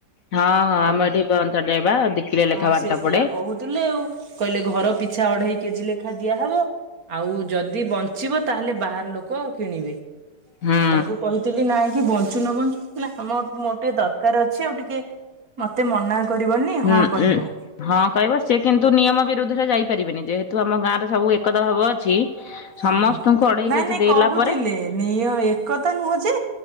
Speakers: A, on the left (about 60°); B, on the right (about 55°).
A: ହଁ ହଁ ଆମ
B: ଘର
A: ଏଠି ବଞ୍ଚାଯାଏ ବା ଦି କିଲୋ
B: ହଁ
A: ଲେଖା ବାଣ୍ଟ
B: ସେ ସେଇଆ
A: ପଡେ।
B: କହୁଥିଲେ ଆଉ କହିଲେ ଘର ପିଛା ଅଢେଇ କେଜି ଲେଖା ଦିଆହବ ଆଉ ଯଦି ବଞ୍ଚିବ ତାହେଲେ ବାହାର ଲୋକ କିଣିବେ?
A: ହୁଁ
B: ମୁଁ ତାଙ୍କୁ କହିଥିଲି ନାଇଁ କି ବଞ୍ଚ ବଞ୍ଚୁ ନ ବଞ୍ଚୁ ଆମର ମୋର ଟିକେ ଦରକାର ଅଛି ଆଉ ଟିକେ ମତେ ମନା କରିବନି
A: ହୁଁ
B: ହଁ କହିବ।
A: ଉଁ। ହଁ କହିବ ସେି କିନ୍ତୁ ନିୟମ ବିରୁଦ୍ଧରେ ଯାଇପାରିବେନି ଯେହେତୁ ଆମ ଗାଁରେ ସବୁ ଏକତା ଭାବ ଅଛି। ସମସ୍ତଙ୍କୁ?
B: ହୁଁ।
A: ଅଢେଇ
B: ନାଇଁ
A: କେଜି
B: ନାଇଁ
A: ଦେଲା
B: କହୁଥିଲେ
A: ପରେ
B: ନି ଏକତା ନୁହଁ ଯେ